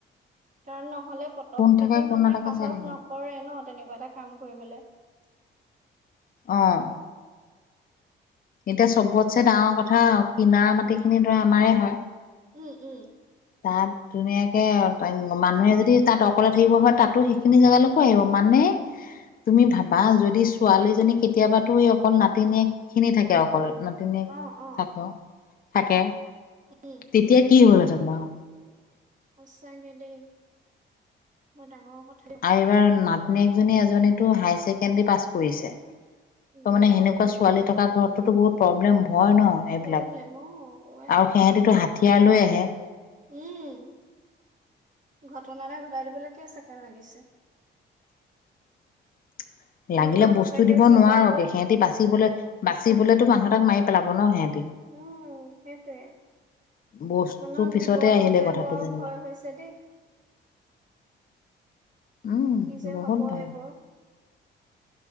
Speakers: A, on the right; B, on the left.
A: কাৰণ নহ'লে পতককেতো
B: কোন থাকে কোন
A: মানুহে
B: নাথাকে
A: সাহস
B: চাই থাকে
A: নকৰে ন তেনেকুৱা এটা কাম কৰিবলে।
B: অঁ। এতিয়া চবটছে ডাঙৰ কথা, কিনাৰ মাটি খিনিতো আমাৰে হয়।
A: উম উম
B: তাত ধুনীয়াকে মানুহে যদি তাত অকলে থাকিব হয়, তাতো সেইখিনি জেগালৈকো আহিব মানে <unintelligible> তুমি ভাবা, যদি ছোৱালীজনী কেতিয়াবাতো এই অকল নাতিনীয়েক খিনি থাকে অকল তেনে
A: অ অ
B: থাক থাকে
A: উম
B: তেতিয়া কি হ'ল হেঁতেন বাও
A: সচাকে দেই, বৰ ডাঙৰ কথা।
B: আৰু এইবাৰ নাতিনীয়েকজনী এজনীতো হাই ছেকেণ্ডাৰী পাছ কৰিছে, ত'
A: উম
B: মানে
A: উম
B: সেনেকুৱা ছোৱালী থকা ঘৰতো বহুত প্ৰব্লেম ভয় ন এইবিলাক
A: প্ৰব্লেম অ ঐ
B: আৰু সিহঁতেটো হাঠিয়াৰ লৈ আহে।
A: উম ঘটনা এটা ঘটাই দিবলে কেই ছেকেণ্ড লাগিছে।
B: <unintelligible> লাগিলে
A: মানুহৰ
B: বস্তু
A: সঁচাকে
B: দিব
A: জীৱনবোৰ
B: নোৱাৰক সিহঁতে বাচিবলৈ বাচিবলেতো মানুহ এটাক মাৰি পেলাব ন' সিহঁতি।
A: উম সেইটোৱে।
B: বস্তু
A: মানুহৰ
B: পিছতে
A: জীৱনটো
B: আহিলে
A: যে
B: কথাটো
A: বৰ
B: যেনিবা
A: ভয় হৈছে দেই।
B: উম
A: কি যে
B: বহুত
A: হব
B: ভয়
A: এইবোৰ।